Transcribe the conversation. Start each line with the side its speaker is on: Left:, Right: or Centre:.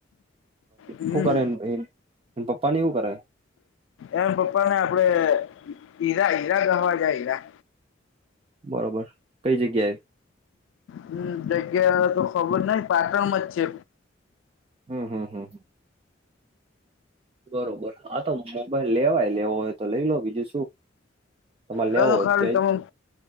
Left: હમ
Right: શું કરે પપ્પા ની હુ કરે?
Left: એમ પપ્પા ને આપડે હીરા હીરા કહવા જાય હીરા.
Right: બરોબર કઈ જગ્યાએ?
Left: હમ જગ્યા તો ખબર નહ પાટણમાં જ છે.
Right: હમ હમ હમ બરોબર આા તો મોબાઈલ લેવાય લેવો હોય તો લઈ લો બીજું શું? તમારે
Left: હ
Right: લેવો
Left: તો
Right: હોય
Left: ખાલી
Right: ક્યાંય
Left: તમન